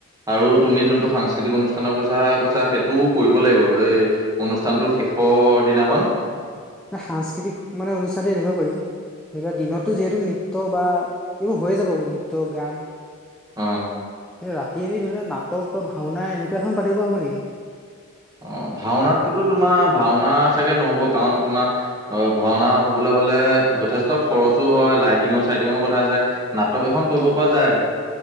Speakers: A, on the right (about 15°); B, in the centre.
A: আৰু তুমি যোনটো সাংস্কৃতিক অনুষ্ঠানৰ কৈছা কৈছা সেই টো কৰিব লাগিব এই অনুষ্ঠানটোৰ শেষৰ দিনাখন
B: এটা সাংস্কৃতিক মানে অনুষ্ঠানতে এনেকোৱা কৰিম সেইকাৰণে দিনতো যিহেতু নৃত্য বা এইবোৰ হৈয়েই যাবগৈ নৃত্য গান
A: অ
B: ৰাতি আমি ধৰি লোৱা নাটক বা ভাওনা এনেকোৱা এখন পাতিব পাৰি
A: অ, ভাওনাটোতো তোমাৰ ভাওনা চাগে নহ'ব কাৰণ তোমাৰ- অ' ভাওনা হ'বলৈ হ'লে যথেষ্ট খৰচো হয়, লাইটিঙৰ-চাইটিঙৰ কথা আছে। নাটক এখন কৰিব
B: হয়
A: পৰা যায়।